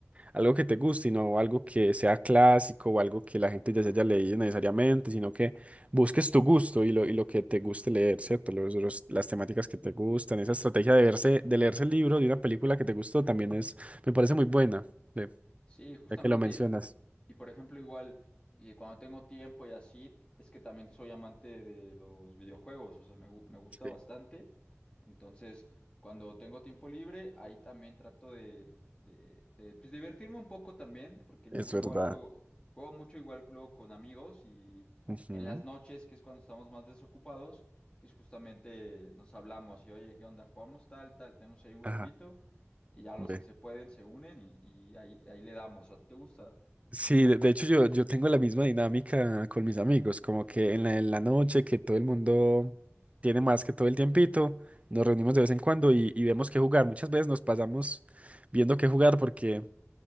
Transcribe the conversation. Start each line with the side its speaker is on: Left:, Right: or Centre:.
Right: algo que te guste y no algo que sea clásico o algo que la gente ya se haya leído necesariamente, sino que busques tu gusto y lo, y lo que te guste leer, ¿cierto? Los- los- las temáticas que te gustan, esa estrategia de verse, de leerse el libro de una película que te gustó también es, me parece muy buena, de-
Left: Sí, justamente.
Right: ya que lo mencionas.
Left: Y por ejemplo, igual, eh, cuando tengo tiempo y así, t- es que también soy amante de los videojuegos, o sea, me, gu- me gusta
Right: Sí.
Left: bastante. Entonces, cuando tengo tiempo libre, ahí también trato de, de- de, pues, divertirme un poco también, porque lu-
Right: Es
Left: luego
Right: verdad.
Left: al juego, juego mucho igual luego con amigos y
Right: Ujú.
Left: en las noches, que es cuando estamos más desocupados, pues justamente nos hablamos y, oye, ¿qué onda? ¿Jugamos tal, tal? Tenemos ahí un grupito.
Right: Ajá.
Left: Y ya los
Right: Ve.
Left: que se pueden se unen y, y ahí, ahí le damos. ¿A ti te gusta?
Right: Sí, de de hecho yo, yo tengo la misma dinámica con mis amigos, como que en la, en la noche que todo el mundo tiene más que todo el tiempito, nos reunimos de vez en cuando y, y vemos qué jugar. Muchas veces nos pasamos viendo qué jugar porque